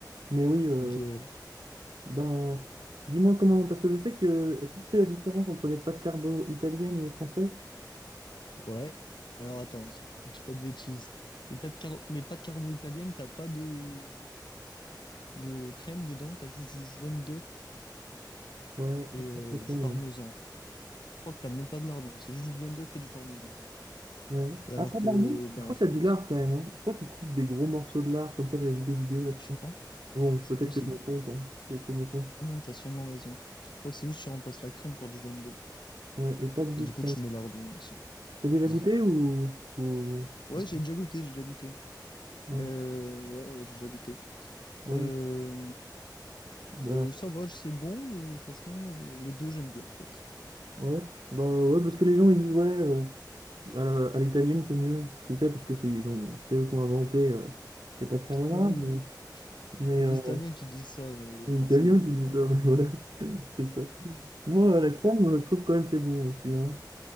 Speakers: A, on the right (about 80°); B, on the left (about 80°).
A: Mais oui, euh,
B: Ok, ouais.
A: ben, dis-moi comment, parce que je sais que. euh, Est-ce que tu sais la différence entre les pâtes carbo italiennes et françaises?
B: Ouais. Alors attends, si tu fais pas de bêtises. Les, tas de car- les pâtes carbo italiennes, t'as pas de... de crème dedans, t'as juste du jaune d'œuf
A: Ouais,
B: et
A: je crois
B: euh,
A: que c'est
B: du
A: ça. Ouais.
B: parmesan. Je crois que t'as même pas de lardon, c'est juste du jaune d'œuf et du parmesan.
A: Ouais.
B: Et alors
A: Après,
B: que
A: de lardon?
B: bah,
A: Je crois
B: en France,
A: que t'as du lard quand même, hein. Je crois qu'ils coupent des gros morceaux de lard, comme ça, j'avais vu des vidéos là-dessus.
B: ah tu crois?
A: Bon, je-
B: Ah, c'est
A: peut-être
B: possible.
A: que je me trompe, hein. Peut-être que je me trompe.
B: Ah non, t'as sûrement raison. Je crois que c'est juste tu remplaces la crème par du jaune d'œuf.
A: Ouais, et pas du tout.
B: Et du
A: Tu
B: coup tu mets lardon aussi.
A: T'as déjà
B: Ouais,
A: goûté ou... ou-
B: ouais
A: ou pas
B: j'ai déjà goûté, j'ai déjà goûté.
A: Ouais.
B: Ben ouais, ouais j'ai déjà goûté.
A: Ouais,
B: Euh,
A: bah,
B: euh, ça va, c'est bon, mais franchement, euh, les deux j'aime bien en fait.
A: ouais, bah, ouais, parce que les gens ils disent ouais, euh, à la- à l'italienne c'est mieux, parce que c'est parce que c'est ils ont c'est eux qui ont inventé euh, les pâtes carbonara,
B: Oui,
A: mais mais
B: c'est
A: euh,
B: les Italiens qui disent ça, mais les
A: c'est
B: Français
A: les Italiens
B: ils aiment
A: qui
B: bien.
A: disent ça, <laughs> mais voilà, c'est ça. Moi à la crème, euh, je trouve quand même c'est bon aussi, hein.